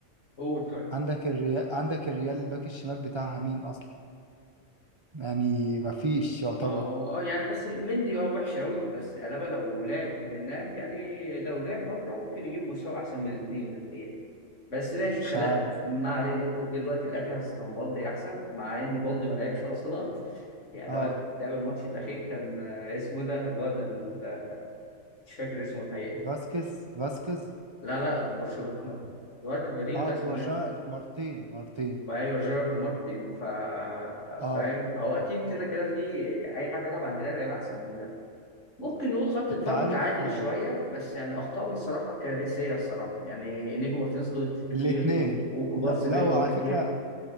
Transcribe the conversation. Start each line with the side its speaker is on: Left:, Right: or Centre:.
Left: قول طيب
Right: عندك الريال عندك الريال الباك الشمال بتاعها مين اصلا يعني ما فيش يعتبر
Left: ما هو اه يعني بس مندي اه وحش قوي بس ألابا لو لعب هناك يعني لو لعب فترة ممكن يجيب مستوى أحسن من الاثنين الحقيقة بس ماشي
Right: مش
Left: خلا
Right: عارف
Left: ما علينا قول دلوقتي الأجهز كان بالدي أحسن مع إن بالدي ما لعبش أصلا <laughs> يعني
Right: اه
Left: هو لعب الماتش الأخير كان آه، اسمه ده الواد ال- مش فاكر اسمه الحقيقة
Right: فاسكيز فاسكيز
Left: لا لا في برشلونة الواد البديل
Right: اه
Left: ده
Right: في
Left: اسمه
Right: برشلونة
Left: ايه؟
Right: مرتين مرتين
Left: ايوه جيرارد مارتن فا
Right: اه
Left: فاهم هو اكيد كده كده في اي حد يلعب عند ريال هيبقى احسن من ده ممكن نقول خط
Right: انت
Left: دفاع
Right: عارف
Left: متعادل
Right: آه،
Left: شويه بس يعني اخطائنا الصراحه كارثيه الصراحه يعني انيجو مارتينيز غلط كتير
Right: الاتنين
Left: و- وكوبارسي
Right: لا لا
Left: بيغلط
Right: وعلى
Left: كتير
Right: فكرة